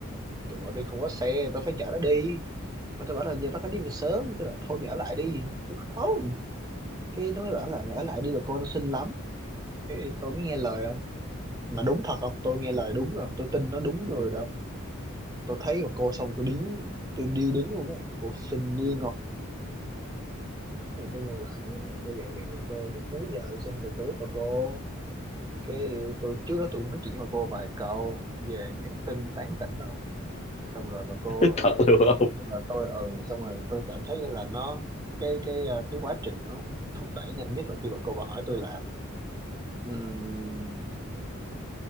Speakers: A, on the right (about 20°); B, on the left (about 30°).
A: tụi vợ tôi không có xe tôi phải chở nó đi mà tôi bảo là giờ tao phải đi về sớm cái là thôi mày ở lại đi Tôi không cái nó mới bảo là mày ở lại đi bà cô nó xinh lắm cái tôi mới nghe lời không mà đúng thật không tôi nghe lời đúng rồi không? tôi tin nó đúng người đâu tôi thấy bà cô xong tôi điếng tôi điêu đứng luôn á cô xinh điên ngọt Rồi tôi ngồi lại mà tôi dặn mẹ bà cô cuối giờ xin được Facebook bà cô cái tôi trước đó tôi cũng nói chuyện với cô vài câu về nhắn tin tán tỉnh đâu xong rồi bà cô
B: <laughs>
A: ờ,
B: thật luôn không
A: tôi là tôi ừ xong rồi tôi cảm thấy như là nó cái cái ờ, cái quá trình nó thúc đẩy nhanh nhất là khi bà cô bà hỏi tôi là um,